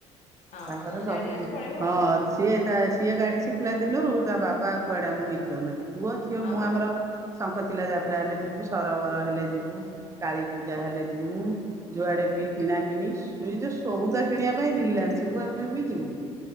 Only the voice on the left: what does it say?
ହଁ
ଗାଡି ଅଛି ପଳେଇବ
ଆଉ
ହଁ
ବା